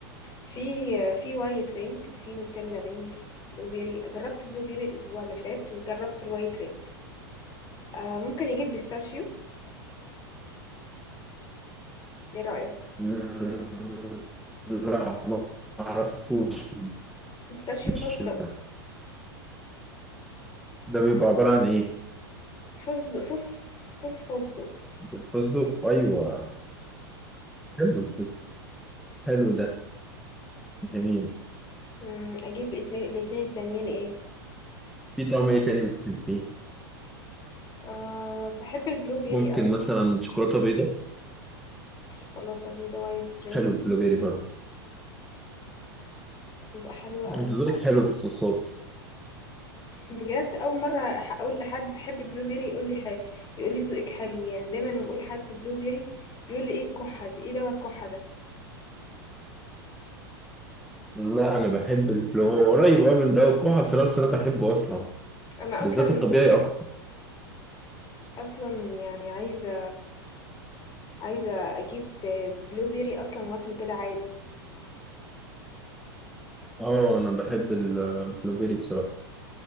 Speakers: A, on the left (about 30°); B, in the centre.
A: في في وايت رينج وفي نوتيلا رينج بلو بيري جربت بلو بيري الاسبوع اللي فات وجربت الوايت رينج آه ممكن اجيب بيستاشيو ايه رايك
B: مم، لا ما أعرفوش
A: بيستاشيو
B: بالشبه
A: فستق
B: ده بيبقى عبارة عن إيه؟
A: فستق صوص صوص فستق
B: الفستق أيوه حلو الفستق حلو ده جميل
A: مم، اجيب اتنين الاتنين التانيين ايه
B: في طعم إيه تاني بتحبيه؟
A: آه بحب البلو بيري
B: ممكن
A: قوي
B: مثلا شوكولاتة بيضاء
A: شوكولاته بيضه وايت رينج
B: حلو البلوبيري برضه
A: بيبقى حلو قوي
B: أنت
A: فعلا
B: ذوقك حلو في الصوصات
A: بجد اول مره ح- اقول لحد بحب البلو بيري يقول لي ح... يقول لي ذوقك حلو يعني دايما لما بقول حد بلو بيري بيقول لي ايه الكحه دي ايه دوا الكحه ده
B: لا أنا بحب البلو هو قريب أوي من ده والكحة بصراحة بس أنا بحبه أصلا
A: انا
B: بالذات
A: اصلا
B: الطبيعي أكتر
A: اصلا يعني عايزه عايزه اجيب بلو بيري اصلا واكله كده عادي
B: اه انا بحب البلوبيري بصراحه